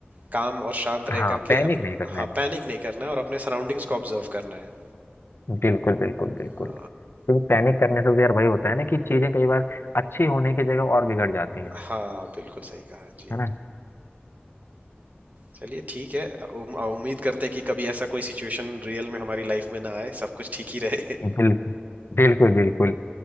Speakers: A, on the right; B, on the left.
A: काम और शांत रह
B: हाँ
A: करके
B: पैनिक
A: अपने
B: नहीं करना
A: हाँ
B: है
A: पैनिक नहीं करना है और अपने सराउंडिंग्स को ऑब्जर्व करना है
B: बिल्कुल बिल्कुल बिल्कुल
A: अ,
B: क्योंकि पैनिक करने से तो यार वही होता है ना कि चीजें कई बार अच्छी होने की जगह और बिगड़ जाती हैं
A: हाँ बिल्कुल सही कहा जी
B: है ना
A: चलिए ठीक है उम- उम्मीद करते हैं कि कभी ऐसा कोई सिचुएशन रियल में हमारी लाइफ में ना आए सब कुछ ठीक ही रहे
B: बिल्कुल बिल्कुल बिल्कुल